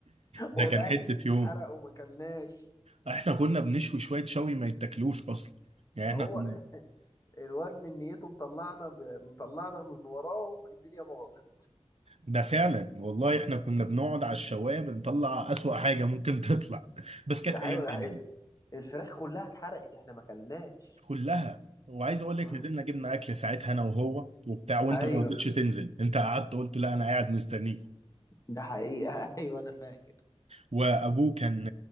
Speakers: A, on the right; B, on the left.
A: ده
B: والاكل
A: كان حتة يوم
B: اتحرق وما كلناش
A: احنا كنا بنشوي شوية شوي ما يتاكلوش اصلا يعني احنا
B: هو
A: كنا
B: الواد من نيته مطلعنا ب... مطلعنا من وراهم الدنيا باظت
A: ده فعلا والله احنا كنا بنقعد على الشواية بنطلع اسوأ حاجة ممكن تطلع <laughs> بس كانت
B: ده
A: ايام
B: حقيقة ده
A: جميلة
B: حقيقة الفراخ كلها اتحرقت احنا ما كلناش
A: كلها وعايز اقول لك
B: م?
A: نزلنا جبنا اكل ساعتها انا وهو وبتاع وانت
B: ايوه
A: ما مم. رضيتش تنزل انت قعدت قلت لا انا قاعد مستنيك
B: ده حقيقة <laughs> ايوه انا فاكر
A: وابوه كان